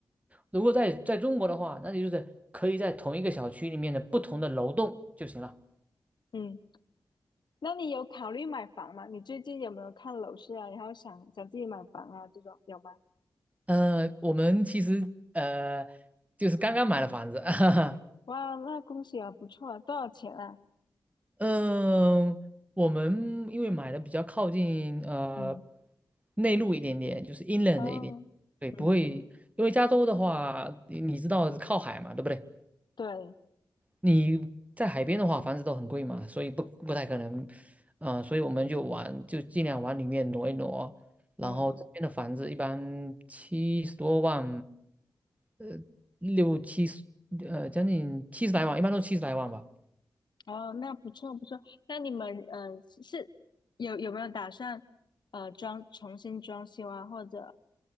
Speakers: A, on the right; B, on the left.
A: 如果在在中国的话，那你就是可以在同一个小区里面的不同的楼栋就行了。
B: 嗯。那你有考虑买房吗？你最近有没有看楼市啊？然后想想自己买房啊，这种有吗？
A: 呃，我们其实呃，就是刚刚买了房子，<laughs>
B: 哇，那恭喜啊，不错啊，多少钱啊？
A: 嗯、我们因为买的比较靠近呃
B: 嗯，
A: 内陆一点点，就是 inland
B: 哦，
A: 一点，对，不会，
B: 嗯，
A: 因为加州的话，你你知道靠海嘛，对不对？
B: 对，
A: 你在海边的话，房子都很贵嘛，所以不不太可能，嗯、所以我们就往就尽量往里面挪一挪。然后这边的房子一般七十多万，
B: 嗯，
A: 呃，六七十，呃，将近七十来万，一般都七十来万吧。
B: 哦，那不错不错。那你们呃是是有有没有打算呃装重新装修啊，或者